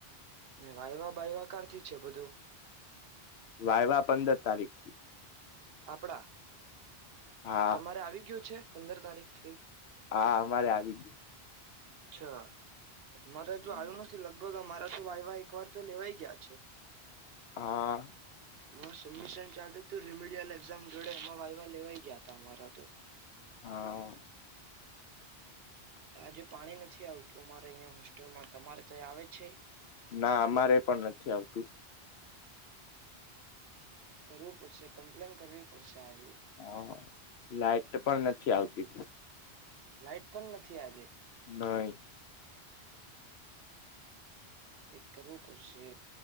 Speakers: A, on the right; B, on the left.
A: ને વાયવા બાયવાકારથી છે બધું
B: વાયવા પંદર તારીખ થી
A: આપણા
B: હા
A: તમારે આવી ગયું છે. પંદર તારીખ થી
B: હા અમારે આવી ગયું.
A: અચ્છા મારે
B: ગયું
A: હજુ આવ્યું નથી લગત બોલ અમારા તો વાયવા એક વાર તો લેવાય ગયા છે.
B: હા
A: હ સમ ચા તું ર એઝામ જોડે એ વાવા લેવાય ગયા હતા અમારા તો.
B: હા
A: આજે પાણી નથી આવતું મામારે અહંયા હોસ્ટેલમાં તમારે ત આવે છે.
B: ના અમારે પણ નથી આવતું.
A: કરવું પડશે કમ્પ્લેન કરવી પડશે. આજે
B: હા લાઈટ પણ નથી આવતી.
A: લાઈટ પણ નથી આજે.
B: ન
A: એક કરવું પડશે.